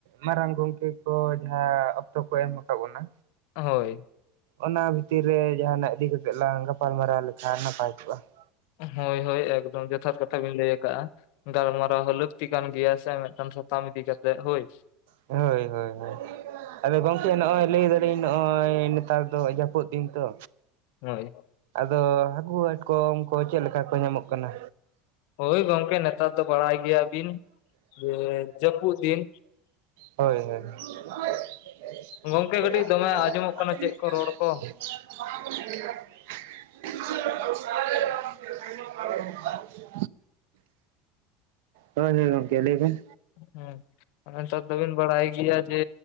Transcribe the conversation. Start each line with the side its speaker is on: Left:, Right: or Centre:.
Right: ᱢᱟᱨᱟᱝ ᱜᱚᱝᱠᱮ ᱠᱚ ᱡᱟᱦᱟᱸ ᱚᱠᱛᱚ ᱠᱚ ᱮᱢ ᱟᱠᱟᱫ ᱵᱚᱱᱟ
Left: ᱦᱳᱭ᱾
Right: ᱚᱱᱟ ᱵᱷᱤᱛᱤᱨ ᱨᱮ ᱡᱟᱦᱟᱱᱟᱜ ᱤᱫᱤ ᱠᱟᱛᱮᱜ ᱞᱟᱝ ᱜᱟᱯᱟᱞᱢᱟᱨᱟᱣ ᱞᱮᱠᱷᱟᱱ ᱱᱟᱯᱟᱭ ᱠᱚᱜᱼᱟ ᱾
Left: ᱦᱳᱭ ᱦᱳᱭ ᱮᱠᱫᱚᱢ ᱡᱚᱛᱷᱟᱛ ᱠᱟᱛᱷᱟ ᱵᱤᱱ ᱞᱟᱹᱭ ᱟᱠᱟᱫ-ᱟ ᱾ ᱜᱟᱞᱢᱟᱨᱟᱣ ᱦᱚᱸ ᱞᱟᱠᱛᱤ ᱠᱟᱱ ᱜᱮᱭᱟ ᱥᱮ ᱢᱤᱫᱴᱟᱝ ᱥᱟᱛᱟᱢ ᱤᱫᱤ ᱠᱟᱛᱮᱫ ᱦᱳᱭ ᱾
Right: ᱦᱳᱭ ᱦᱳᱭ ᱟᱫᱚ ᱜᱚᱢᱠᱮ ᱱᱚᱜᱼᱚᱭ ᱞᱟᱹᱭ ᱫᱟ ᱞᱤᱧ ᱱᱚᱜᱼᱚᱭ ᱱᱮᱛᱟᱨ ᱫᱚ ᱡᱟᱹᱯᱩᱫ ᱫᱤᱱ ᱛᱚ,
Left: ᱦᱳᱭ ᱾
Right: ᱟᱫᱚ ᱦᱟᱹᱠᱩ ᱠᱟᱴᱠᱚᱢ ᱠᱚ ᱪᱮᱫ ᱞᱮᱠᱟ ᱠᱚ ᱧᱟᱢᱚᱜ ᱠᱟᱱᱟ?
Left: ᱦᱳᱭ ᱜᱚᱝᱠᱮ ᱱᱮᱛᱟᱨ ᱫᱚ ᱵᱟᱲᱟᱭ ᱜᱮᱭᱟ ᱵᱤᱱ ᱡᱮ ᱡᱟᱹᱯᱩᱫ ᱫᱤᱱ
Right: ᱦᱳᱭ <unintelligible>
Left: ᱜᱚᱝᱠᱮ ᱠᱟᱹᱴᱤᱡ ᱫᱚᱢᱮ ᱟᱸᱡᱚᱢᱚᱜ ᱠᱟᱱᱟ ᱪᱮᱫ ᱠᱚ ᱨᱚᱲ ᱠᱚ
Right: <unintelligible> <unintelligible> ᱦᱳᱭ ᱦᱳᱭ ᱜᱚᱢᱠᱮ ᱞᱟᱹᱭ ᱵᱮᱱ
Left: ᱦᱮᱸ ᱱᱮᱛᱟᱨ ᱫᱚᱵᱤᱱ ᱵᱟᱲᱟᱭ ᱜᱮᱭᱟ ᱡᱮ